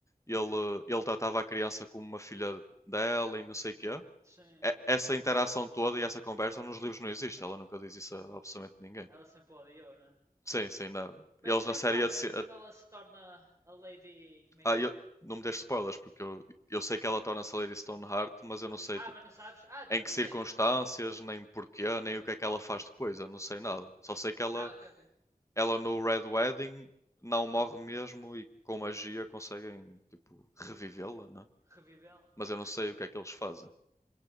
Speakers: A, on the left (about 20°); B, on the right (about 20°).
A: ele, ele tratava a criança como uma filha dela e não sei o quê.
B: Sim,
A: É-
B: mas
A: Essa
B: não tratou.
A: interação toda e essa conversa nos livros não existe, ela nunca diz isso
B: Pois.
A: a absolutamente ninguém.
B: Ela sempre odiou, né?
A: Sim, sim. Na...
B: Mas
A: Eles
B: mesmo
A: na série.
B: para a frente,
A: a se- a-
B: quando ela se torna a Lady. Como é
A: Ah,
B: que é?
A: eu... Não me deixes spoilers, porque eu, eu sei que ela torna-se a Lady Stoneheart, mas eu não sei
B: Ah,
A: tipo,
B: mas não sabes? Ah, também
A: em que
B: não
A: circunstâncias,
B: sei, também não sei.
A: nem porquê, nem o que é que ela faz depois. Eu não sei nada. Só sei que ela,
B: Ah, ok, ok.
A: ela no Red Wedding não morre mesmo e com magia conseguem tipo, revivê-la, né?
B: Reviveu?
A: Mas
B: Ok.
A: eu não sei o que é que eles fazem.